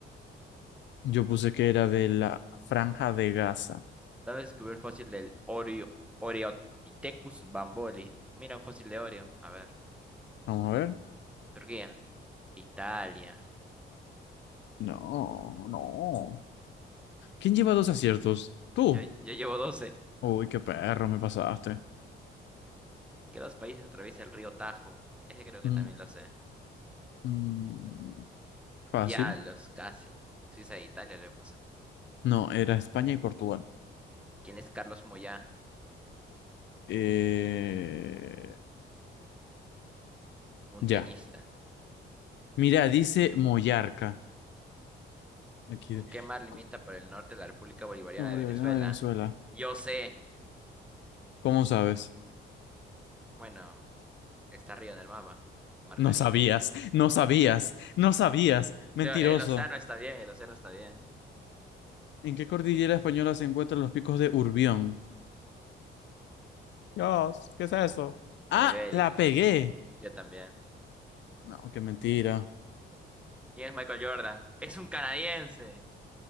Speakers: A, on the left; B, in the centre.
A: yo puse que era de la Franja de Gaza.
B: ¿Dónde se descubrió el fósil del Oreo, Oreopithecus bamboli? Mira, un fósil de Oreo. A ver.
A: Vamos a ver.
B: Turquía. Italia.
A: No, no. ¿Quién lleva dos aciertos? ¿Tú?
B: Yo, yo llevo doce.
A: Uy, qué perro me pasaste.
B: ¿Qué dos países atraviesa el río Tajo? Ese creo que
A: Mm,
B: también lo sé.
A: mm, fácil.
B: Diablos, casi. Suiza e Italia le puse.
A: No, era España y Portugal.
B: ¿Quién es Carlos Moyá?
A: Eh,
B: Un tenista.
A: ya. Mira, dice Mollarca. Aquí.
B: ¿Con
A: de-
B: qué mar limita
A: Co-
B: por el norte la República Bolivariana
A: Bolivariana
B: de Venezuela?
A: de Venezuela.
B: Yo sé.
A: ¿Cómo sabes?
B: Bueno, está arriba en el mapa. Mar
A: No
B: Caribe.
A: sabías, no sabías, no sabías. Mentiroso.
B: Yo- el océano está bien, el océano está bien.
A: ¿En qué cordillera española se encuentran los picos de Urbión? Dios, ¿qué es eso? Ah,
B: Tema ibérico.
A: la pegué.
B: Yo también.
A: No, qué mentira.
B: ¿Quién es Michael Jordan? Es un canadiense.